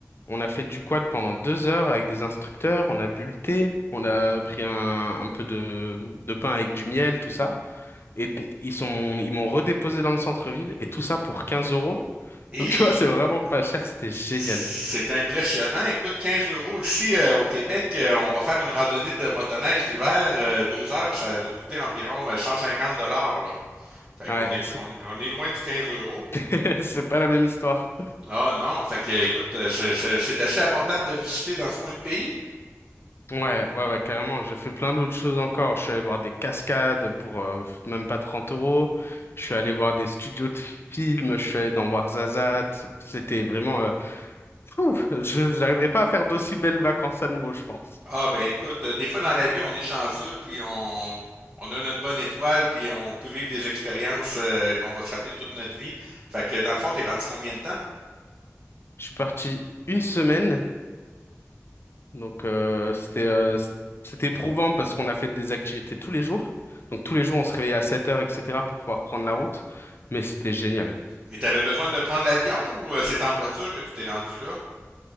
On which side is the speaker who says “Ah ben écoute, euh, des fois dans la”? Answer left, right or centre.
Right